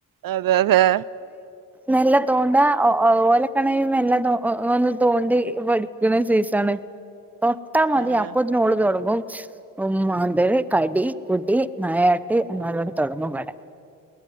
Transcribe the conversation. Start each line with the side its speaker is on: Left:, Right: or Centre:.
Right: അതെ അതെ
Centre: മെല്ലെ തോണ്ട ഒ ഓ ഓലൊക്കണേയ് മെല്ല തോ ഒ ഒന്ന് തോണ്ടി വടിക്ക്ണ് സൈസാണ്. തൊട്ടാ മതി
Right: ആഹ്
Centre: അപ്പത്തിനും ഓള് തൊടങ്ങും ഉം മാന്തൽ, കടി, പിടി, നായാ നല്ലോണം തൊടങ്ങുവെടെ